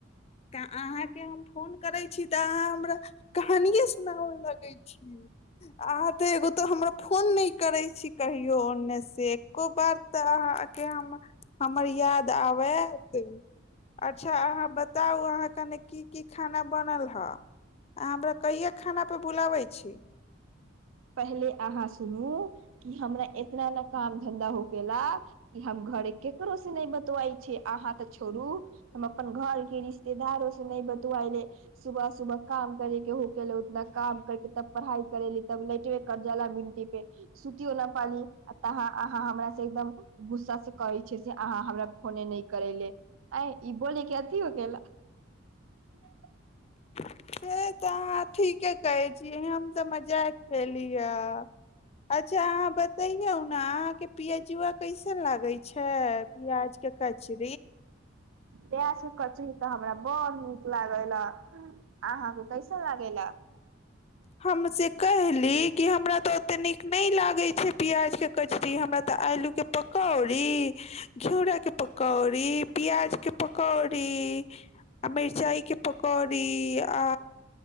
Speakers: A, on the left; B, on the right.
A: अहाके हम फोन करे छी ते अहा हमरा कहानिये सुनाव लगे छी अहाँ ते एगो तो हमरा फोन नहि करे छी कहियो ओन्ने से एको बार तऽ अहाके हम हमर याद आबत अच्छा अहाँ बताउ अहाँ कनि की की खाना बनल हे अहाँ हमरा कहिे खानाापे बुलाबै छी
B: पहिले अहाँ सुनू कि हमरा इतना ने काम धन्धा हो गेलेला कि हम घरे के ककरो से नहि बतवइ छै अहाँ तऽ छोड़ू हम अपन घर के रिश्तेदारो से नहि बतवाले सुबह सुबह काम करे के होके ले उतना काम करके तब पढ़ाई कर ल लेटेे कजा मिंटी पे सुतोला पानी तहा अहाँ हमरा से एकदम गुस्सा से कहै छै से अहाँ हमरा फोने नहि करे ले आ ई बोलेके अथी हो गेला ह
A: से तऽ अहाँ ठीके कहै छीयै हम तऽ मजाक खेली है अच्छा अहाँ बतेय न के पिियााजआ कैस कस लागे छै प्याज देखा छ
B: तस करच तऽ ह हमरा बड़ू लागे ला अहाँके कैसा लागे ला
A: हम से कहली कि हमरा तऽ ओते नीक नहि लागे छै प्याज के कचरी हमरा तऽ आलू के पकौड़ी घिउरा के पकौड़ी प्याज के पकौड़ी आ मिर्चाई के पकौड़ी आ